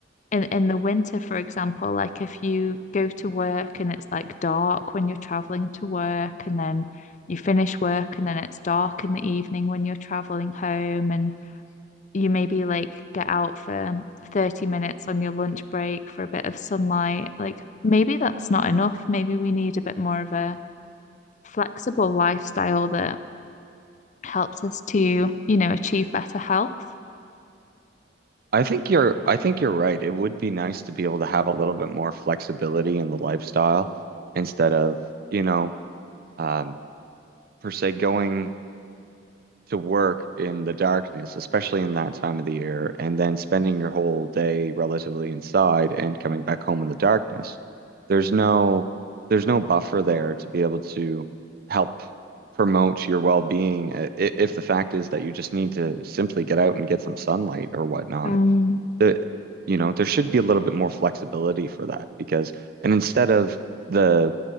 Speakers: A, on the left; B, on the right.
A: in, in the winter, for example, like if you go to work and it's like dark when you're traveling to work and then you finish work and then it's dark in the evening when you're traveling home and you maybe like get out for 30 minutes on your lunch break for a bit of sunlight. Like maybe that's not enough. Maybe we need a bit more of a flexible lifestyle that helps us to, you know, achieve better health.
B: I think you're I think you're right. It would be nice to be able to have a little bit more flexibility in the lifestyle instead of, you know, um, per se going to work in the darkness, especially in that time of the year, and then spending your whole day relatively inside and coming back home in the darkness. There's no there's no buffer there to be able to help promote your well-being uh, i- if the fact is that you just need to simply get out and get some sunlight or whatnot.
A: Mm,
B: The you know, there should be a little bit more flexibility for that because and instead of the